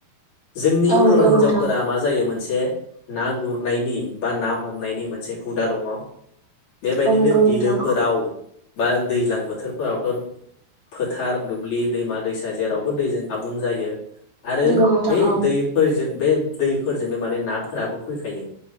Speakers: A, on the left; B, on the right.
A: जोंनि
B: औ नंगौ
A: बर' हिन्जावफोरा
B: नोंथां
A: मा जायो मोनसे ना गुर -नायनि बा ना हमनायनि मोनसे हुदा दङ बेबायदिनो
B: औ नंगौ नोंथां
A: बिलोफोराव बा दैज्लां बोथोरफोरावथ' फोथ -थार दुब्लि दैमा दैसा जेरावबो दैजों आबुं जायो आरो
B: नंगौ नोंथां
A: बे
B: औ
A: दैफोरजों बे दैफोरजोंनो माने नाफोराबो फैखायो